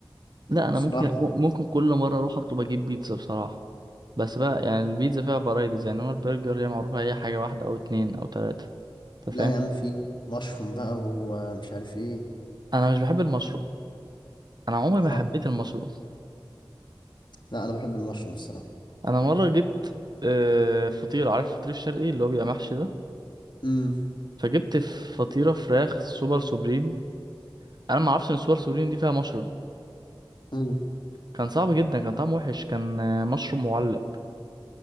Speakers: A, on the right (about 50°); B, on the left (about 60°).
A: لا انا
B: صراحة
A: ممكن ممكن كل مره اروح اطلب اجيب بيتزا بصراحه بس بقى يعني البيتزا فيها فرايتيز يعني هو البرجر هي معروفه هي حاجه واحده او اتنين او تلاته انت
B: لا
A: فاهم
B: يا عم فيه مشروم بقى ومش عارف ايه
A: انا مش بحب المشروم انا عمري ما حبيت
B: اه
A: المشروم
B: لا انا بحب المشروم الصراحة
A: انا مره جبت آه، فطيره عارف الفطير الشرقي اللي هو بيبقى محشي ده
B: امم
A: فجبت فطيره فراخ سوبر سوبريم انا ما اعرفش ان سوبر سوبريم دي فيها مشروم
B: امم
A: كان صعب جدا كان طعمه وحش كان آه، مشروم معلق